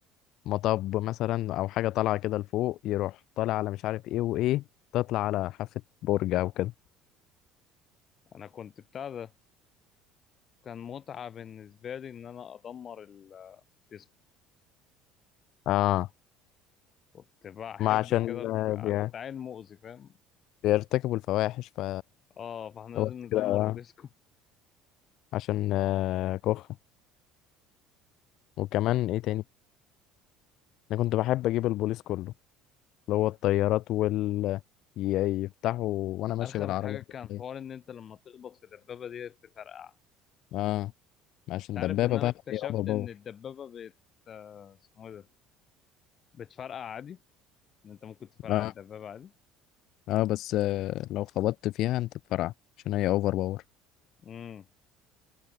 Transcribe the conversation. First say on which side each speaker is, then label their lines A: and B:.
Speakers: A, on the left; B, on the left.
A: مطب مثلا او حاجه طالعه كده لفوق يروح طالع على مش عارف ايه وايه تطلع على حافه برج او كده
B: انا كنت بتاع ده كان متعة بالنسبة لي إن أنا أدمر ال- الديسكو
A: اه
B: كنت بحب
A: ما عشان
B: كده
A: آه، بي-
B: كنت عيل مؤذي فاهم
A: بيرتكبوا الفواحش ف
B: اه فاحنا لازم
A: هو
B: ندمر
A: كده
B: الديسكو
A: عشان آه، كخة وكمان
B: كنت
A: ايه تاني انا كنت بحب اجيب البوليس كله اللي هو الطيارات وال ي- يفتحوا وانا ماشي
B: أرخم
A: بالعربية
B: حاجة كان
A: دي.
B: حوار إن أنت لما تخبط في الدبابة دي تفرقع
A: اه عشان
B: أنت عارف
A: دبابة
B: إن أنا
A: بقى
B: اكتشفت
A: هي اوفر باور
B: إن الدبابة بت آه، اسمه إيه ده بتفرقع عادي إن أنت ممكن تفرقع
A: اه
B: الدبابة عادي
A: اه بس آه، لو خبطت فيها انت بفرع عشان هي اوفر باور
B: امم